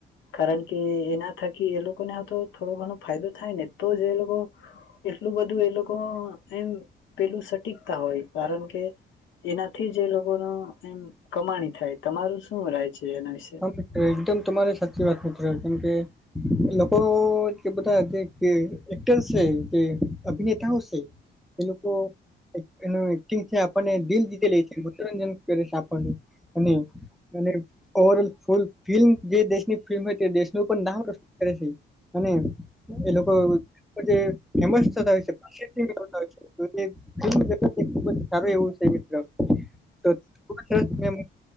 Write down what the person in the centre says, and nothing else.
હા મિત્ર એકદમ તમારી સાચી વાત મિત્ર કેમ કે લોકો કે બધા એક્ટર છે, કે અભિનેતાઓ છે. એ લોકો એનું એક્ટિંગ છે આપણને દિલ રીતે લે છે મનોરંજન કરે આપણ અને ઓવરલ ફૂલ ફિલ્મ જે દેશની ફિલ્મ હોય તે દેશનું પણ નામ રશન કરે છે અને એ લોકો ફેમસ થતા હોય છેદિય ખબ સારું એવું છે મિત્ર તો એટલા